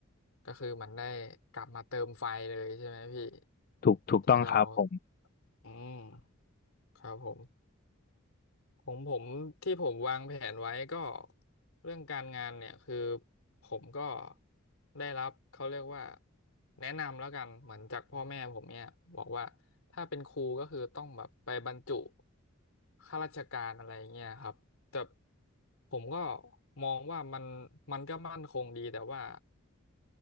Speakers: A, on the left; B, on the left.
A: ก็คือมันได้กลับมาเติมไฟเลยใช่ไหมพี่
B: ถูกถูกต้องครับผม
A: ที่เราอืมครับผม ของผมที่ผมวางแผนไว้ก็เรื่องการงานเนี่ยคือผมก็ได้รับเขาเรียกว่าแนะนำแล้วกันเหมือนจากพ่อแม่ผมเนี่ยบอกว่าถ้าเป็นครูก็คือต้องแบบไปบรรจุข้าราชการอะไรเงี้ยครับแต่ผมก็มองว่ามันมันก็มั่นคงดีแต่ว่า